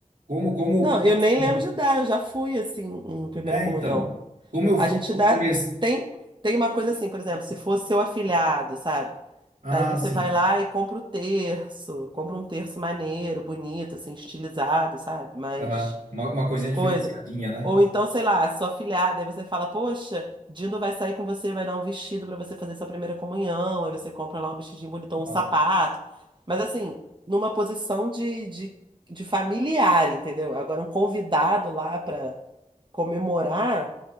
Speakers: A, on the right (about 80°); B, on the right (about 35°).
A: como, como,
B: Não,
A: como
B: eu
A: assim?
B: nem lembro de dar, eu já fui assim em primeira
A: É,
B: comunhão.
A: então, como eu,
B: A gente
A: como
B: dá.
A: eu comecei...
B: Tem, tem uma coisa assim, por exemplo, se fosse seu afilhado, sabe?
A: Ah,
B: Daí você
A: sim.
B: vai lá e compra o terço, compra um terço maneiro, bonito, assim, estilizado, sabe? Mas.
A: Aham. Uma, uma coisinha diferenciadinha,
B: coisa.
A: né?
B: Ou então, sei lá, sua afilhada, aí você fala, poxa, Dindo vai sair com você, vai dar um vestido pra você fazer sua primeira comunhão, aí você compra lá um vestidinho bonito, ou um
A: Nossa,
B: sapato. Mas assim, numa posição de, de, de familiar, entendeu? Agora, um convidado lá pra comemorar,